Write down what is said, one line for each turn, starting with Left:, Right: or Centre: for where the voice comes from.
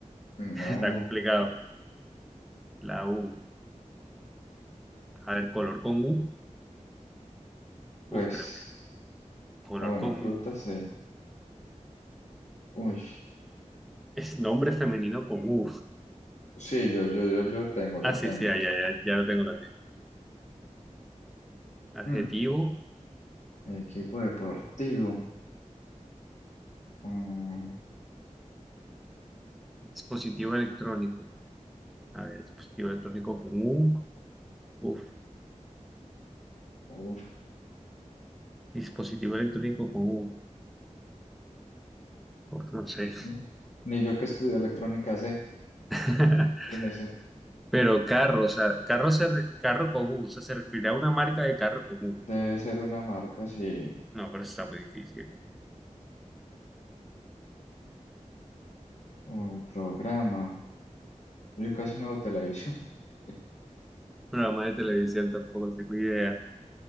Left: no.
Centre: <laughs> está complicado. La U. A ver, color con U. Uf,
Left: Pues,
Centre: creo que. Color
Left: ah, bueno,
Centre: con
Left: fruta,
Centre: U.
Left: sí. Uy,
Centre: Es nombre femenino con U.
Left: sí, yo, yo, yo lo tengo,
Centre: Ah,
Left: lo
Centre: sí,
Left: tengo.
Centre: sí, ya, ya, ya, ya lo tengo también. Adjetivo,
Left: Mm, equipo deportivo. Mm,
Centre: dispositivo electrónico. A ver, dispositivo electrónico con U. Uf,
Left: uf,
Centre: dispositivo electrónico con U. Uf, no sé.
Left: mm. Ni yo que estudio electrónica sé.
Centre: <laughs>
Left: En ese
Centre: Pero carro, o sea, carro, se re- carro con U. O sea, se refiere a una marca de carro común
Left: debe ser una marca, sí.
Centre: No, pero eso está muy difícil.
Left: Un programa. Yo casi no veo televisión. <laughs>
Centre: Programa de televisión tampoco tengo idea.